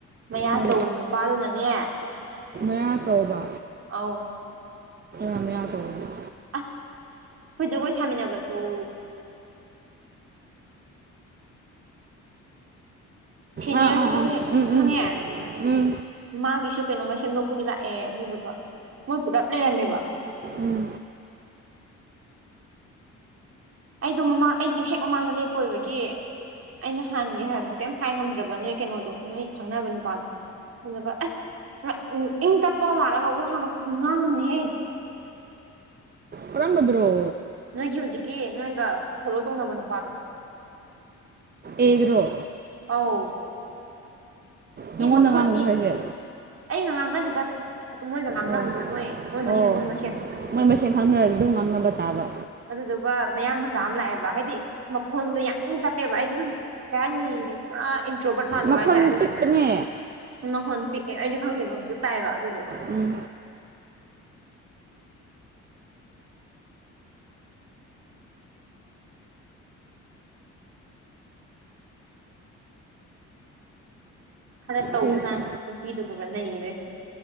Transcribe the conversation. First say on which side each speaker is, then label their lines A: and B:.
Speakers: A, on the right; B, on the right.
A: ꯃꯌꯥ
B: ꯃꯣꯏ
A: ꯑꯆꯧꯕ <unintelligible> ꯅꯨꯄꯥꯗꯨꯅꯅꯦ
B: ꯃꯌꯥꯆꯧꯕ
A: ꯑꯥꯎ
B: ꯃꯌꯥꯆꯧꯕ
A: ꯑꯁ ꯑꯩꯈꯣꯏ ꯖꯒꯣꯏ ꯁꯥꯃꯤꯟꯅꯕ ꯗꯣ ꯁꯦꯅꯤꯌꯔꯒꯤꯗꯣ
B: ꯑꯥ ꯑꯥ ꯑꯥ
A: ꯍꯦ
B: ꯎꯝ
A: ꯈꯪꯉꯦ
B: ꯎꯝ ꯎꯝ
A: ꯃꯥꯒꯤꯁꯨ ꯀꯩꯅꯣꯝꯃ ꯁꯦꯝꯗꯣꯛꯄꯒꯤ ꯂꯥꯛꯑꯦ ꯑꯗꯨꯗꯨꯒ ꯃꯣꯏ ꯄꯨꯂꯞ ꯂꯩꯔꯝꯃꯦꯕ
B: ꯎꯝ
A: ꯑꯩꯗꯣ ꯃꯃꯥꯡ ꯑꯩꯒꯤ ꯍꯦꯛ ꯃꯃꯥꯡꯗ ꯂꯦꯞꯄ ꯑꯣꯏꯕꯒꯤ ꯑꯩꯅ ꯍꯥꯟꯒꯦ ꯍꯥꯏꯕꯗꯨ ꯀꯩꯝ ꯍꯥꯏ ꯉꯝꯗ꯭ꯔꯕ ꯅꯣꯏ ꯀꯩꯅꯣꯗꯣ ꯅꯣꯏ ꯈꯪꯅꯕ ꯅꯨꯄꯥꯗꯣ ꯑꯗꯨꯗꯨꯒ ꯑꯁ ꯏꯪ ꯇꯞꯄ ꯃꯥꯜꯂꯒ ꯋꯥꯒ ꯈꯨꯉꯥꯡꯑꯝꯅꯤꯍꯦ
B: ꯀꯔꯝꯕꯗꯨꯔꯣ
A: ꯅꯣꯏꯒꯤ ꯍꯧꯖꯤꯛꯀꯤ ꯅꯣꯏꯒ ꯐꯣꯂꯣ ꯇꯧꯅꯕ ꯅꯨꯄꯥꯗꯣ
B: ꯑꯦꯗꯔꯣ
A: ꯑꯧ
B: ꯅꯪꯉꯣꯟꯗ
A: ꯑꯦ ꯃꯈꯣꯟꯗꯤ
B: ꯉꯥꯡꯕ꯭ꯔꯣ ꯍꯥꯏꯁꯦ
A: ꯑꯩꯒ ꯉꯥꯡꯅꯗꯦꯗ ꯑꯗꯨ ꯃꯣꯏꯒ ꯉꯥꯡꯅꯕꯗꯣ
B: ꯑꯣ
A: ꯃꯣꯏ ꯃꯣꯏ ꯃꯁꯦꯟ
B: ꯑꯣ
A: ꯃꯣꯏ ꯃꯁꯦꯟ
B: ꯃꯣꯏ ꯃꯁꯦꯟ ꯈꯪꯅꯔꯗꯤ ꯑꯗꯨꯝ ꯉꯥꯡꯅꯕ ꯇꯥꯕ
A: ꯑꯗꯨꯗꯨꯒ ꯃꯌꯥꯡ ꯃꯆꯥ ꯑꯃ ꯂꯥꯛꯑꯦꯕ ꯍꯥꯏꯗꯤ ꯃꯈꯣꯟꯗꯣ ꯌꯥꯝ ꯢꯡ ꯇꯞꯄꯦꯕ ꯑꯩꯗꯤ ꯁꯨꯝ ꯀꯩ ꯍꯥꯏꯅꯤ ꯄꯨꯔꯥ ꯏꯟꯇ꯭ꯔꯣꯕꯠ ꯃꯥꯂꯨꯕ
B: ꯃꯈꯣꯟ
A: ꯍꯥꯏꯇ ꯑꯗꯨꯗꯣ
B: ꯄꯤꯛꯄꯅꯦ
A: ꯃꯈꯣꯟ ꯄꯤꯛꯑꯦ ꯑꯩꯗꯤ ꯈꯪꯗꯦꯕꯣꯁꯨ ꯇꯥꯏꯌꯦꯕ ꯑꯗꯨꯗꯨꯒ
B: ꯎꯝ
A: ꯈꯔ ꯇꯧꯕꯖꯥꯠꯅꯤ
B: ꯍꯩꯁꯥ
A: ꯅꯨꯄꯤꯗꯨꯕꯒ ꯅꯩꯔꯦ